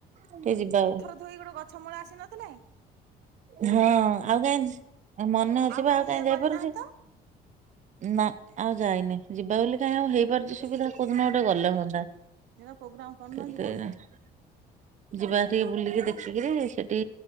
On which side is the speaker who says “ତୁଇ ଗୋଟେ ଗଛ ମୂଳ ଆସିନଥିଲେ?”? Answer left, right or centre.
Right